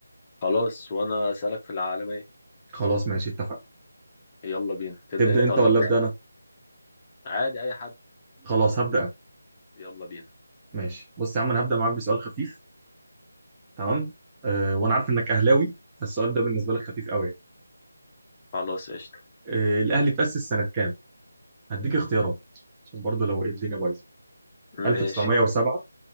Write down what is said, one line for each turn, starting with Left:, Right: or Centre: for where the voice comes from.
Left: خلاص وانا اسالك في العالمية
Right: خلاص ماشي اتفقنا
Left: يلا بينا تبدا
Right: تبدا
Left: انت
Right: انت
Left: ولا
Right: ولا
Left: ابدا
Right: ابدا انا
Left: عادي اي حد
Right: خلاص هبدا انا
Left: يلا بينا
Right: ماشي بص يا عم انا هبدا معاك بسؤال خفيف تمام أه وانا عارف انك اهلاوي فالسؤال ده بالنسبه لك خفيف قوي يعني.
Left: خلاص قشطة
Right: أه الاهلي اتاسس سنه كام هديك اختيارات عشان برضه لو ايه الدنيا بايظه 1907
Left: ماشي